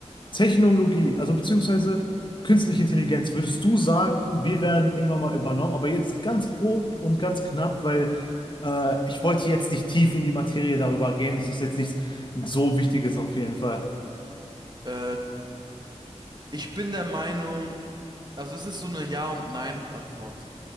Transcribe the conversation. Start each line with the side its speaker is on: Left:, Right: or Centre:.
Left: Technologie, also beziehungsweise künstliche Intelligenz, würdest du sagen, wir werden irgendwann mal übernommen? Aber jetzt ganz grob und ganz knapp, weil äh, ich wollte jetzt nicht tief in die Materie darüber gehen. Es ist jetzt nichts so Wichtiges auf jeden Fall.
Right: Äh, ich bin der Meinung, also es ist so eine Ja- und Nein-Antwort.